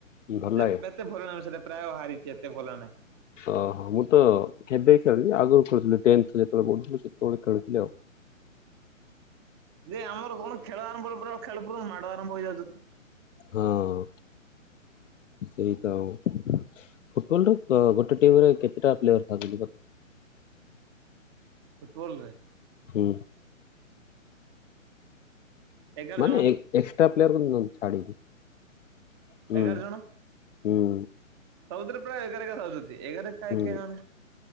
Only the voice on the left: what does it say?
ଭଲ
ଲାଗେ?
ଓ ହଁ ମୁଁ ତ କେବେ ଖେଳିଲି ଆଗରୁ ଖେଳୁଥିଲି ଟେନ୍ଥ୍ ଯେତେବେଳେ ପଢୁଥିଲି ସେତେବେଳେ ଖେଳଥିଲି ଆଉ।
ହଁ ସେଇତ ଆଉ। ଫୁଟବଲ୍ ର ଗୋଟେ ଟିମ୍ ରେ କେତେଟା ପ୍ଲେୟର ଥାଆନ୍ତି
ହୁଁ
ମାନେ
ଏକ୍ ଏକ୍ସଟ୍ରା ପ୍ଲେୟର କୁ ନ- ଛାଡିକି। ହୁଁ
ହୁଁ
ହୁଁ